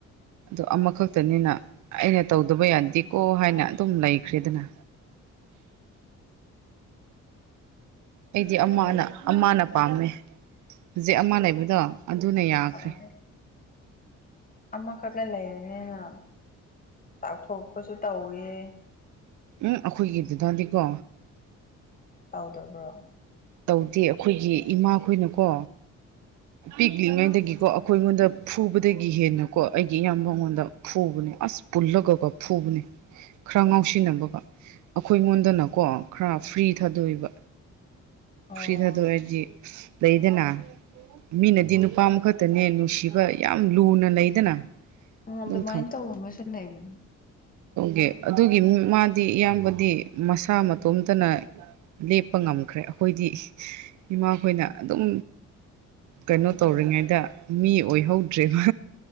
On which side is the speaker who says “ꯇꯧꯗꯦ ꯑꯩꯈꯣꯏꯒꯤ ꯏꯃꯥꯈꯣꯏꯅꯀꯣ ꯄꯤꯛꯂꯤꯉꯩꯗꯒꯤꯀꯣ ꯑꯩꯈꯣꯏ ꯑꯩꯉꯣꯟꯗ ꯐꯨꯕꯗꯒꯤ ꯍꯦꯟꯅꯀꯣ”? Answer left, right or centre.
Right